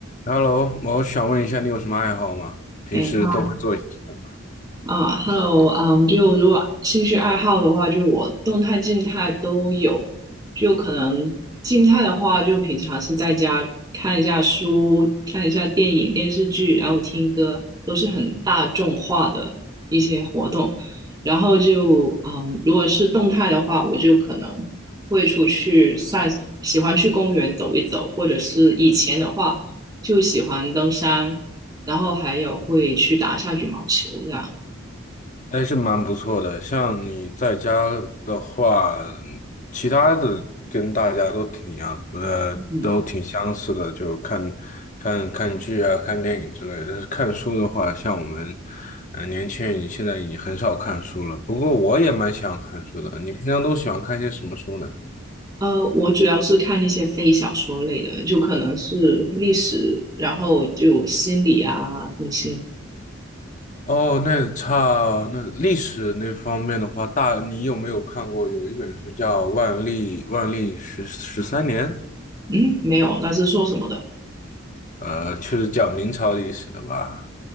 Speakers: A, on the left; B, on the right.
A: Hello，我想问一下，你有什么爱好吗？平时都会做一些什么？
B: 对，哇，啊 uh,，Hello，嗯，um, 就如果兴趣爱好的话，就我动态、静态都有。就可能静态的话，就平常是在家看一下书、看一下电影、电视剧，然后听歌，都是很大众化的一些活动。然后就，嗯，如果是动态的话，我就可能会出去散，喜欢去公园走一走，或者是以前的话，就喜欢登山，然后还有会去打一下羽毛球这样。
A: 还是蛮不错的。像你在家的话，其他的跟大家都挺一样，呃，
B: 嗯，
A: 都挺相似的，就看看看剧啊、看电影之类的。但是看书的话，像我们，呃，年轻人现在已经很少看书了。不过我也蛮喜欢看书的。你平常都喜欢看些什么书呢？
B: 呃，我主要是看一些非小说类的，就可能是历史，然后就心理啊那些。
A: 哦，那差那历史那方面的话，大你有没有看过有一本书叫《万历万历十十三年》？
B: 嗯，没有，那是说什么的？
A: 呃，就是讲明朝历史的吧